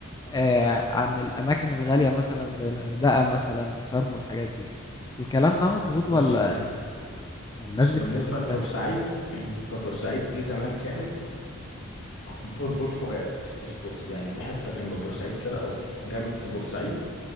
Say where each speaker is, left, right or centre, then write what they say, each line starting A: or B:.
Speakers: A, on the left (about 20°); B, on the left (about 60°).
A: آه، عن الاماكن الغالية مثلا زي الغردقة مثلا وشرم والحاجات دي الكلام ده مظبوط
B: بص
A: ولا
B: من
A: ولا الناس
B: بس
A: بتتبالغ
B: بالنسبة لبورسعيد <clears throat> فبورسعيد دي زمان كانت بور بور فؤاد مش بورس يعني في حتة جنب بورسعيد كده أو في جنب في بورسعيد